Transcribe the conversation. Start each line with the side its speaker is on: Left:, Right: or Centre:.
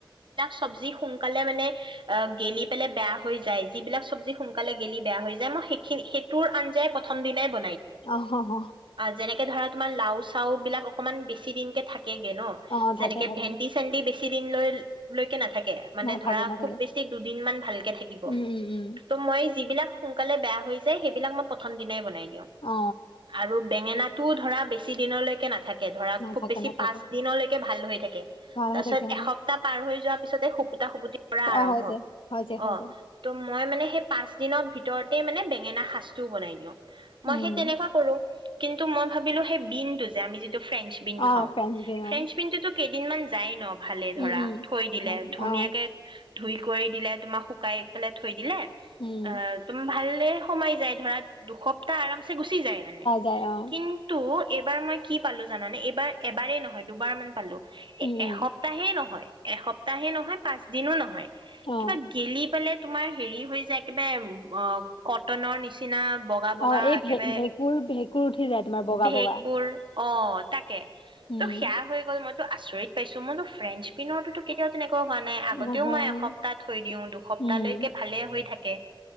Right: চব্জি সোনকালে মানে আ গেলি পেলাই বেয়া হৈ যায়। যিবিলাক চব্জি সোনকালে গেলি বেয়া হৈ যায়, মই সেইখি সেইটোৰ আঞ্জাই প্ৰথম দিনাই ব
Left: অ হ, হ।
Right: যেনেকে ধৰা তোমাৰ লাও চাও বিলাক অকনমান বেছি দিনতে থাক কেগে ন
Left: অ
Right: যেনেকে
Left: থাকে থাকে
Right: ভেন্দি চেন্দি বেচি কিদিন ললৈকে নাথাকে মানে
Left: নাথাকে
Right: ধৰা
Left: নাথাকে
Right: খুব বেছি দুদিন মান ভালকে থাকিব
Left: উম উম উম
Right: ত' মই যিবিলাক সোনকালে বেয়া হৈ যায় সেইবিলকই প্ৰথম দিনাই বনাই দিো
Left: অ
Right: আৰু বেঙেনা টো ধৰা বেছি দিনলৈকে নাথাকে ধৰা
Left: নাথাকে
Right: খুব বেছি
Left: নাথাকে
Right: পাঁচ দিনলৈকে ভাল হৈ থাকে
Left: ভাল
Right: তাছত
Left: হৈ থাকে
Right: এসপ্তাহ
Left: অ
Right: পাৰ হৈ যোৱাত পিছতে সু খুুতি পৰা
Left: অ
Right: আৰম্ভ
Left: হৈ যায় হৈ যায় হৈ
Right: অ
Left: যায়
Right: ত মই মানে সেই পচ দিনৰ ভিতৰতেই মানে বেঙেনা সাঁজটোও বনাই দিওঁ
Left: উম
Right: মই সেই তেনেকুৱা কৰো কিন্তু মই ভাবিলো সেই বিনটো যে আমি য ফ্ৰেন্সবিন
Left: অ
Right: খাওঁ।
Left: ফ্ৰেঞ্চ বিন
Right: ফ্ৰেন্সবিন
Left: অ
Right: কেইদিনমান যায় ন? ভালে ধৰা,
Left: উম উম
Right: থৈ দিলে
Left: ভাল
Right: ধুনীয়াকে।
Left: অ
Right: ধুই কৰি দিলে, তোমাক শুকাই পেলাই থৈ দিলে।
Left: উম
Right: অ', তুমি ভাল? এ ', সোমাই যায়, ধৰা দুসপ্তাহ আৰাম। গুচি যায় মানে,
Left: যায় অ
Right: কিন্তু এইবাৰ মই কি পালোঁ জানানে? এইবাৰ এবাৰেই নহয় দুবাৰ মান। পালোঁ।
Left: উম
Right: এ, এসপ্তাহে
Left: উম
Right: নহয়। এসপ্তাহে নহয়, '-পাঁচদিনো নহয়।
Left: অ
Right: কিবা গেলি- পেলে, তোমাৰ হেৰি হৈ যায়, একেবাৰে অ', কটনৰ নিচিনা। চিনা বগা বগা
Left: অ এই
Right: একেবাৰে।
Left: ভে ভেঁকুৰ ভেঁকুৰ উঠি যায় তোমাৰ বগা
Right: ভেঁকুৰ
Left: বগা
Right: অ', তাকে
Left: উম
Right: ত' সেয়া হৈ গ'ল মই। ত' আচৰিত পাইছোঁ, মইতো ফ্ৰেন্সবিনৰ ত' কেতিয়াও তেনেকা। হোৱা নাই আগতেও
Left: নহয়
Right: মই এসপ্তাহ থৈ দিওঁ, দুসপ্তাহৈকে
Left: উম
Right: ভালে হৈ থাকে। তাকে,